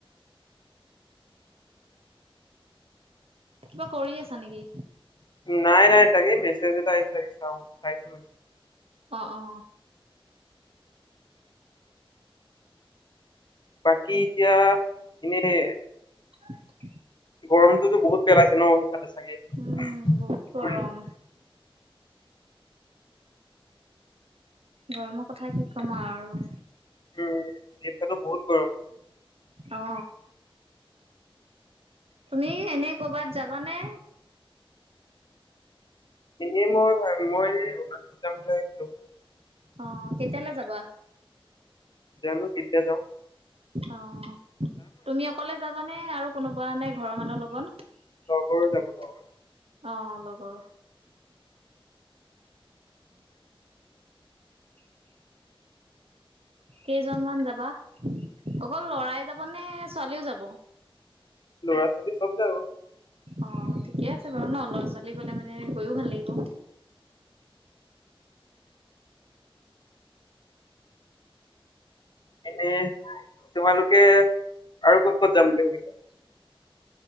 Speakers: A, on the right (about 80°); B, on the left (about 50°).
A: কিবা কৰি আছা নেকি?
B: নাই নাই মেছেজ এটা আহছে তে চাও চাইছো
A: অ অ
B: বাকী এতিয়া এনেই
A: <unintelligible>
B: গৰমটোতো বহুত পেলাইছে ন এইফালে চাগে
A: উম বহুত গৰম গৰমৰ কথা কি ক'ম আৰু
B: উম এতিয়াটো বহুত গৰম
A: অ তুমি এনে কৰবাত যাবানে
B: এনেই মই মই অৰুণাচল যাম লৈ আহিছো
A: অ কেতিয়ালৈ যাবা
B: জানো কিতিয়া যাও।
A: অ তুমি অকলে যাবানে আৰু কোনোবা নে ঘৰৰ মানুহৰ লগত
B: লগৰ যাব লগৰ
A: অ লগৰ <unintelligible> কেইজনমান যাবা অকল লৰাই যাব নে ছোৱালীও যাব
B: ল'ৰা ছোৱালী চব যাব
A: অ ঠিকে আছে বাৰু ন ল'ৰা ছোৱালী গলে মানে গৈও ভাল লাগিব
B: এনে তোমালোকে আৰু ক'ত ক'ত যাম বুলি ভাবিছা